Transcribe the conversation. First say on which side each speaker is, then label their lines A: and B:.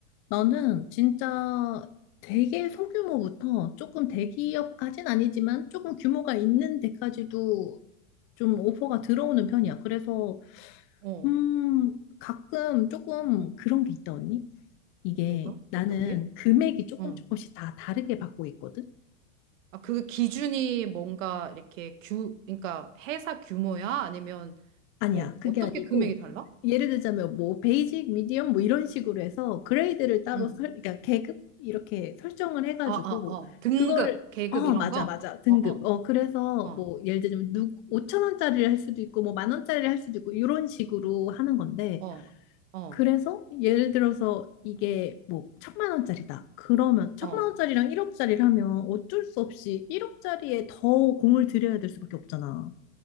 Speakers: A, on the left; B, on the right.
A: 나는 진짜 되게 소규모부터 조금 대기업까진 아니지만 조금 규모가 있는 데까지도 좀 오퍼가 들어오는 편이야. 그래서,
B: 어,
A: 음, 가끔 조금 그런 게 있다, 언니. 이게
B: 뭐가?
A: 나는
B: 어떤 게?
A: 금액이 조금
B: 응.
A: 조금씩 다 다르게 받고 있거든?
B: 아, 그 기준이 뭔가 이렇게 규, 그러니까 회사 규모야? 아니면
A: 아니야,
B: 뭐
A: 그게
B: 어떻게
A: 아니고
B: 금액이 달라?
A: 예를 들자면 뭐 베이직, 미디엄 뭐 이런 식으로 해서 그레이드를 따로
B: 응.
A: 설, 그러니까 계급 이렇게 설정을 해가지고
B: 아, 아, 어. 등급,
A: 그거를
B: 계급
A: 어
B: 이런
A: 맞아
B: 거?
A: 맞아 등급
B: 어, 어.
A: 어 그래서
B: 어.
A: 뭐 예를 들면 누 5천 원짜리를 할 수도 있고 뭐 만 원짜리를 할 수도 있고 이런 식으로 하는 건데
B: 어, 어,
A: 그래서 예를 들어서 이게 뭐 천만 원짜리다. 그러면 천만
B: 어.
A: 원짜리랑 1억짜리를 하면 어쩔 수 없이 1억짜리에 더 공을 들여야 될 수밖에 없잖아.